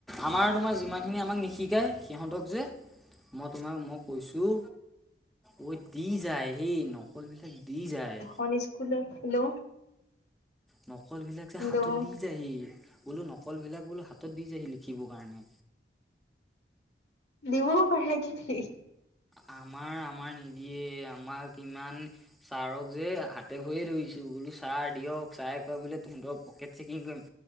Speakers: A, in the centre; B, on the left.
A: আমাৰ তোমাৰ যিমানখিনি আমাক নিশিকায় সিহঁতক যে- মই তোমাক মই কৈছো ঐ দি যায় সেই নকল বিলাক দি যায়
B: অন স্কুললে হেল্ল'
A: নকলবিলাক যে
B: হেল্ল'
A: হাতত দি যায়হি বোলো নকলবিলাক বোলো হাতত দি যায়হি লিখিবৰ কাৰণে
B: দিবও পাৰে কি ঠিক
A: আমাৰ আমাৰ নিদিয়ে আমাক ইমান ছাৰক যে হাতে ভৰিয়ে ধৰিছো বোলো ছাৰ দিয়ক ছাৰে কয় বোলে তোহঁত পকেট চেকিং কৰিম।